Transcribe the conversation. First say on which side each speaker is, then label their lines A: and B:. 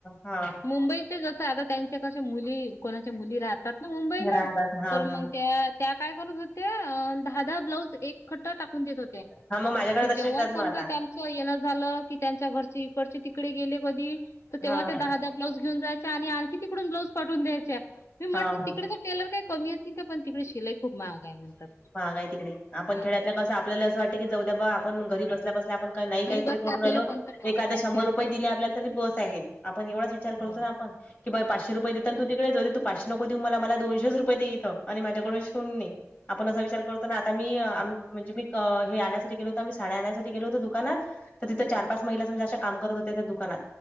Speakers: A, on the left; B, on the left.
A: हा
B: मुंबईचे जसं आता त्यांचे कशा मुली,, कोणाच्या मुली राहतात ना मुंबईला
A: राहतात. हां,
B: तर मंग
A: हां.
B: त्या त्या काय करत होत्या, अ दहा दहा ब्लाउज एक खट्टा टाकून देत होत्या,,
A: हां, मग माझ्याकडे
B: की
A: तसे
B: जेव्हा
A: येतात
B: समजा
A: मग आता.
B: त्यान किंवा येणं झालं, की त्यांच्या घरची इकडचे तिकडे गेले कधी तर तेव्हा
A: हां,
B: त्या दहा
A: हां.
B: दहा ब्लाउज घेऊन जायच्या, आणि आणखी तिकडून ब्लाऊज पाठून द्यायच्या. मी म्हटलं
A: हां, हां.
B: तिकडे तर टेलर काय कमी असतील, काय पण तिकडे शिलाई खूप महाग आहे म्हणतात.
A: काय तिकडे,,, आपण
B: हा
A: खेड्यातल कसं आपल्याला असं वाटत की जाऊ दया बा आपण घरी बसल्या बसल्या आपण नाही
B: घरी
A: काहीतरी
B: बसल्या
A: करून
B: आपल्याला
A: राहिलो,,
B: कोणतं काम
A: एखादं
B: आहे.
A: शंभर रुपये दिले आपल्याला तरी बस आहेत,, आपण एवढाच विचार करतो
B: हो.
A: ना आपण,, की बा पाचशे रुपय
B: नाही
A: देताना
B: आहेत.
A: तू तिकडे जाऊ दे. तू पाचशे नको देऊ मला. मला दोनशेच रुपय देे इथं. आणि माझ्याकडून शिवून ने. आपण असा विचार करतो ना, आता मी आम म्हणजे मी अ हे आणण्यासाठी गेलो होत. मी साड्या आणण्यासाठी गेलो होतो दुकानात. तर तिथं चार पाच महिला समजा अश्या काम करत होत्या त्या दुकानात.